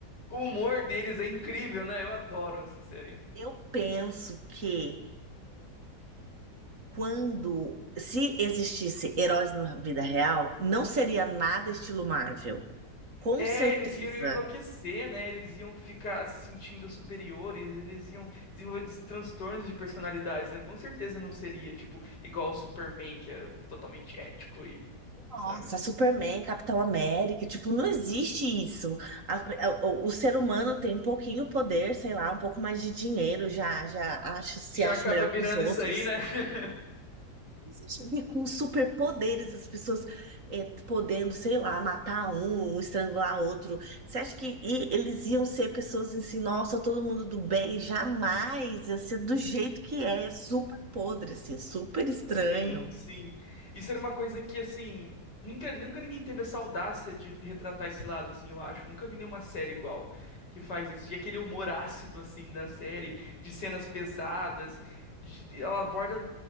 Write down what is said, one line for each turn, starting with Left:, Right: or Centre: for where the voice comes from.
Left: O humor deles é incrível, né? Eu adoro essa série.
Right: eu penso que quando, se existisse heróis na vida real, não seria nada estilo Marvel. Com
Left: É,
Right: certeza.
Left: eles iam enlouquecer, né? Eles iam ficar se sentindo superiores, eles iam desenvolver des- transtornos de personalidades, né? Com certeza não seria, tipo, igual o Superman, que é totalmente ético e, sabe?
Right: Nossa, Superman, Capitão América, tipo, não existe isso. A- a- o, o ser humano tem um pouquinho poder, sei lá, um pouco mais de dinheiro, já, já acha, se
Left: Já
Right: acha
Left: acaba
Right: melhor
Left: virando
Right: que os outros.
Left: isso aí, né? <laughs>
Right: existiria com superpoderes, as pessoas é, podendo, sei lá, matar um, um, estrangular outro. Você acha que e- eles iam ser pessoas assim, nossa, todo mundo do bem? Jamais, ia ser do jeito que é, é super podre, assim, super estranho.
Left: Sim, sim. Isso era uma coisa que, assim, nunca, nunca ninguém teve essa audácia de retratar esse lado, assim, eu acho. Nunca vi nenhuma série igual que faz isso. E aquele humor ácido, assim, da série, de cenas pesadas, de- ela aborda,